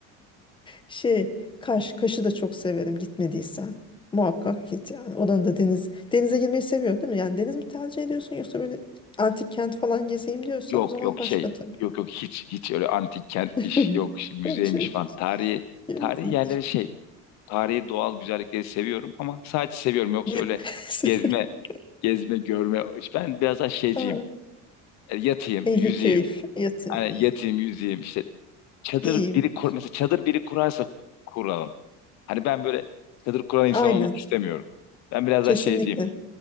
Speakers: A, on the left; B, on the left.
A: Şey, Kaş, Kaş'ı da çok severim gitmediysen. Muhakkak git yani. Oranın da deniz. Denize girmeyi seviyorsun değil mi? Yani deniz mi tercih ediyorsun yoksa böyle antik kent falan gezeyim diyorsan
B: Yok
A: o zaman
B: yok
A: başka
B: şey.
A: tabii.
B: Yok yok hiç hiç öyle antik kentmiş
A: <laughs>
B: yok şi- müzeymiş
A: Şey,
B: falan. Tarihi
A: yer-
B: tarihi yerleri şey. Tarihi doğal güzellikleri seviyorum ama sadece seviyorum yoksa öyle
A: <laughs>
B: gezme gezme görme. Ben biraz daha şeyciyim.
A: Ha,
B: E, yatayım,
A: Ehli
B: yüzeyim.
A: keyif. Yatın.
B: Hani yatayım, yüzeyim. İşte çadır
A: İyiyim.
B: biri kur, mesela çadır biri kurarsa kuralım. Hani ben böyle çadır kuran insan
A: Aynen.
B: olmak istemiyorum. Ben biraz
A: Kesinlikle.
B: daha şeyciyim.